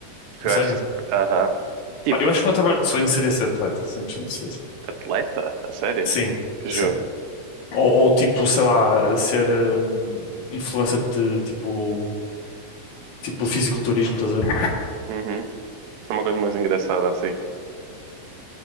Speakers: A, on the right; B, on the left.
A: Tipo,
B: A
A: eu
B: sério?
A: acho que... Aham. Tipo,
B: Pá, Eu acho que o meu trabalho de sonho seria ser atleta, 100% de certeza.
A: atleta? A sério?
B: Sim,
A: Que jogo?
B: sim. Ou, ou, tipo, sei lá, ser hum, influencer de tipo, tipo fisiculturismo, estás a ver?
A: Uhum. É uma coisa mais engraçada, assim.